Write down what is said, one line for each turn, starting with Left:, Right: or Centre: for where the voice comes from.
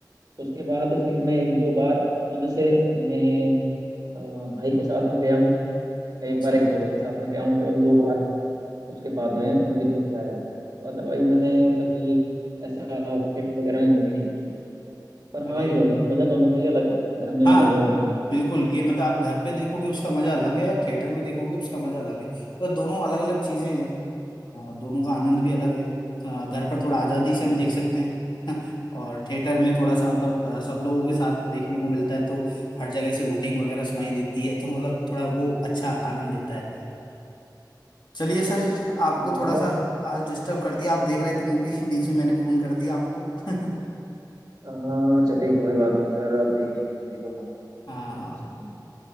Right: उसके बाद फिर मैं एक दो बार खुद से अपने अ, भाई के साथ में गया हूँ एक
Left: <laughs> अच्छा
Right: बार एक दोस्त के साथ में गया हूँ केवल दो बार उसके बाद में मूवी देख के आया हूँ तो अदरवाइज मैंने कभी ऐसा थिएटर वगैरह में मूवी नहीं देखी पर
Left: अरे
Right: हाँ ये है कि मज़ा दोनों का ही अलग है घर में
Left: हाँ
Right: अलग है वहाँ अलग है
Left: बिल्कुल ये मतलब आप घर पे देखोगे उसका मजा अलग है थिएटर में देखोगे उसका मजा अलग है तो दोनों अलग अलग चीजें हैं अ, दोनों का आनंद भी अलग है अ, घर पर थोड़ा आजादी से
Right: हम्म,
Left: हम
Right: जी
Left: देख सकते हैं <laughs> और थिएटर में थोड़ा सा मतलब अ, सब लोगों के साथ देखने को मिलता है तो हर जगह से हूटिंग वगैरह सुनाई देती है तो मतलब थोड़ा वो अच्छा आनंद देता है चलिए सर आपको
Right: हाँ
Left: थोड़ा
Right: और
Left: सा आज डिस्टर्ब कर दिया आप देख रहे थे मूवी <laughs> बीच में मैंने फोन कर दिया आपको <laughs>
Right: हाँ चलिए कोई बात नहीं सर अब देख लेंगे मूवी तो हम
Left: हाँ
Right: कोई
Left: हाँ
Right: इशू नहीं है।